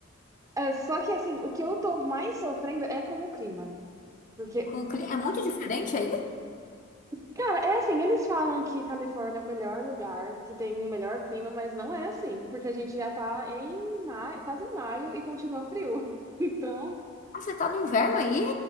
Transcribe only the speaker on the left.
com... cli- É muito diferente aí?
Ah, você tá no inverno aí?